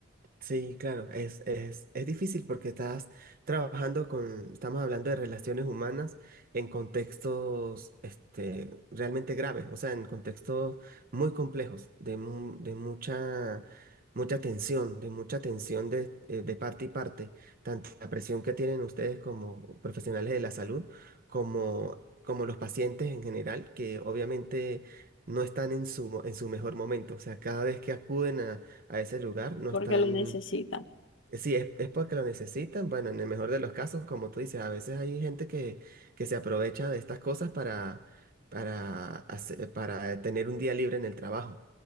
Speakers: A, on the right; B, on the left.
A: Sí, claro, es, es, es difícil porque estás trabajando con, estamos hablando de relaciones humanas en contextos este, realmente graves, o sea, en contextos muy complejos, de, mu- de mucha, mucha tensión, de mucha tensión de, eh, de parte y parte, tanto la presión que tienen ustedes como profesionales de la salud, como, como los pacientes en general, que obviamente no están en su, mo- en su mejor momento, o sea, cada vez que acuden a a ese lugar, no
B: porque
A: están...
B: lo necesitan.
A: Sí, es, es porque lo necesitan. Bueno, en el mejor de los casos, como tú dices, a veces hay gente que, que se aprovecha de estas cosas para, para, hace- para tener un día libre en el trabajo